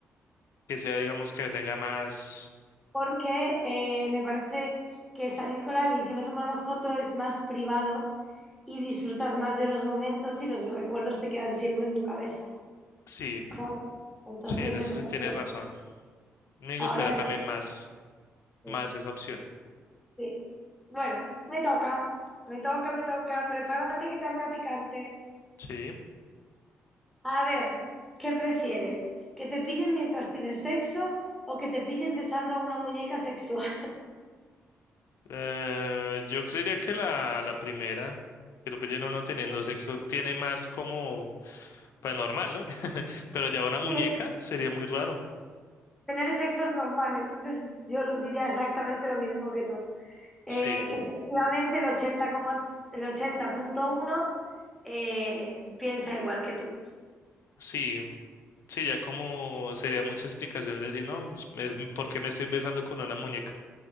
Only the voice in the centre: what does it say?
porque eh, me parece que salir con alguien que no toma una foto es más privado y disfrutas más de los momentos y los recuerdos te quedan siempre en tu cabeza.
¿sabes? Entonces
me parece,
ahora
sí,
sí. Bueno, me toca, me toca, me toca. Prepárate que te hago una picante.
A ver, ¿qué prefieres? ¿Que te pillen mientras tienes sexo o que te pillen besando a una muñeca sexual?
<laughs>
Sí,
tener sexo es normal, entonces yo diría exactamente lo mismo que tú. Eh,
y efectivamente el ochenta como- el 80.1 eh, piensa igual que tú.